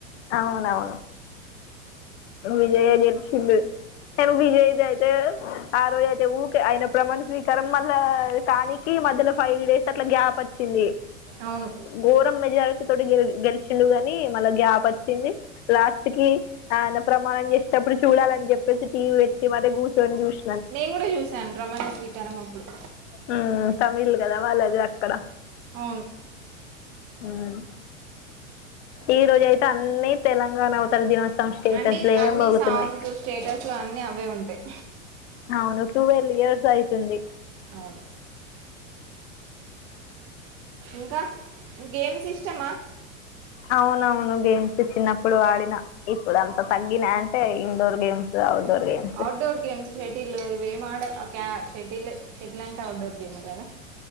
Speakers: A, on the left (about 55°); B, on the right (about 40°).
A: అవునవును విజయే గెలిసిండు నేను విజయ్ది అయితే ఆ రోజు అయితే ఊకే ఆయన ప్రమాణ స్వీకారం మళ్ళా ఈ మధ్యలో ఫైవ్ డేస్ అట్లా గ్యాప్ వచ్చింది
B: అవును
A: ఘోరం మెజారిటీ తోటి గెలి గెలిచిడు కాని మళ్ళా గ్యాప్ వచ్చింది లాస్ట్ కి ఆయన ప్రమాణం చేసేటప్పుడు చూడాలని చెప్పేసి టీవీ పెట్టి మరి కూర్చొని చూస్
B: నేను కూడా చూశాను ప్రమాణ స్వీకారం అప్పుడు
A: మ్ తమిల్ కదా వాళ్ళది అక్కడ
B: అవును
A: మ్ ఈ రోజాయి అన్నిీ తెలంగాణ అవతర దినోత్సవం స్టేటస్లే
B: అన్ని అన్ని
A: మోగుతున్నాయి
B: సాంగ్స్ స్టేటస్లు అన్నీ అవే ఉంటాయి
A: అవును ట్వెల్వ్ ఇయర్స్ అయితుంది
B: అవును ఇంకా గేమ్స్ ఇష్టమా
A: అవునవును గేమ్స్ చిన్నప్పుడు ఆడిన ఇప్పుడు అంత తగ్గినయంటే indoor games outdoor games
B: outdoor games shuttle ఇవేమాడ అ క్య షెటిలే షటిల్ అంటే అవుట్డోర్ గేమ్ కా